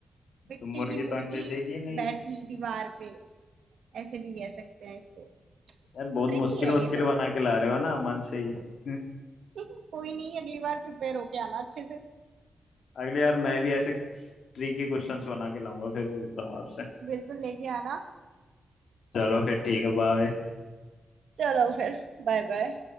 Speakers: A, on the right (about 80°); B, on the left (about 75°).
A: मिट्टी
B: तो मुर्गी
A: की मुर्गी
B: तो अंडे देगी नहीं
A: बैठी दीवार पे ऐसे भी कह सकते हैं इसको
B: यार बहुत
A: ट्रिकी
B: मुश्किल
A: है
B: मुश्किल
A: ये थोड़ा
B: बना के ला रहे हो ना मन से ही हम्म,
A: <laughs> कोई नहीं अगली बार प्रिपेयर होके आना अच्छे से
B: अगली बार मैं भी ऐसे ट्रिकी क्वेश्चंस बना के लाऊंगा फिर पूछता हूँ आपसे
A: बिल्कुल लेके आना
B: चलो फिर ठीक है बाय
A: चलो फिर Bye bye